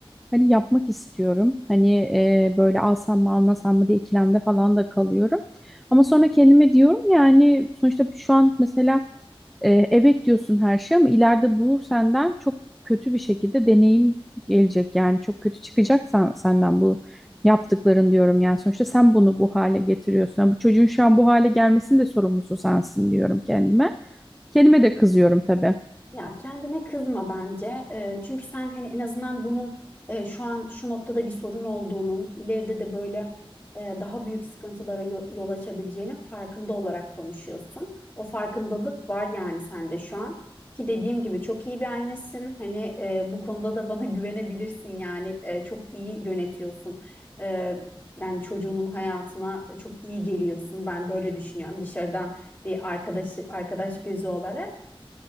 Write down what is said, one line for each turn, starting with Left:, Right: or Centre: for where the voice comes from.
Centre: Hani yapmak istiyorum. Hani e, böyle alsam mı almasam mı diye ikilemde falan da kalıyorum. Ama sonra kendime diyorum yani sonuçta şu an mesela e, evet diyorsun her şey ama ileride bu senden çok kötü bir şekilde deneyim gelecek. Yani çok kötü çıkacak sen- senden bu yaptıkların diyorum. Yani sonuçta sen bunu bu hale getiriyorsun. Yani bu çocuğun şu an bu hale gelmesinin de sorumlusu sensin diyorum kendime. Kendime de kızıyorum tabii.
Left: Ya kendine kızma bence. Ee, çünkü sen hani en azından bunun e, şu an şu noktada bir sorun olduğunun, ileride de böyle e, daha büyük sıkıntılara yo- yol açabileceğinin farkında olarak konuşuyorsun. O farkındalık var yani sende şu an. Ki dediğim gibi çok iyi bir annesin. Hani e, bu konuda da bana <laughs> güvenebilirsin yani E, çok iyi yönetiyorsun. E, yani çocuğunun hayatına çok iyi geliyorsun. Ben böyle düşünüyorum dışarıdan bir arkadaş arkadaş gözü olarak.